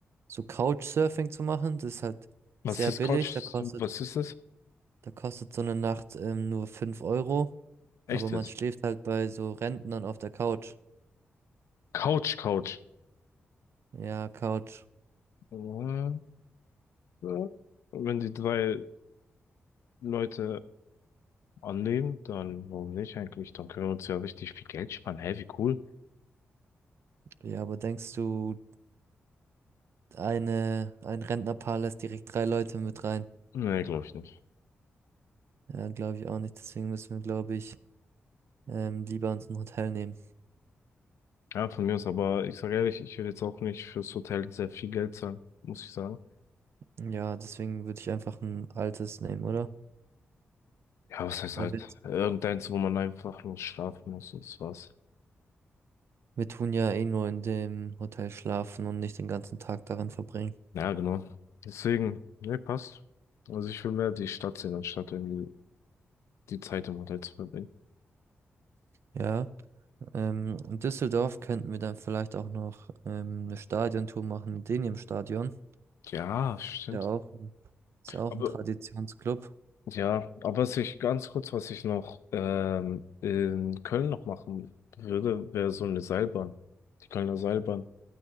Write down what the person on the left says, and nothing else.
Was
ist
Couch?
Was ist das?
Echt
jetzt?
Couch, Couch.
Ja, ja. Wenn die drei Leute annehmen, dann warum nicht eigentlich? Dann können wir uns ja richtig viel Geld sparen. Hä, wie cool?
Nee, glaube ich nicht.
Ja, von mir aus, aber ich sage ehrlich, ich will jetzt auch nicht fürs Hotel sehr viel Geld zahlen, muss ich sagen.
Ja, was heißt
halt?
Irgendeins, wo man einfach nur schlafen muss und das war's.
Ja, genau. Deswegen, ne, passt. Also ich will mehr die Stadt sehen, anstatt irgendwie die Zeit im Hotel zu verbringen.
Ja, stimmt.
Aber
ja, aber was ich ganz kurz, was ich noch ähm, in Köln noch machen würde, wäre so eine Seilbahn. Die Kölner Seilbahn.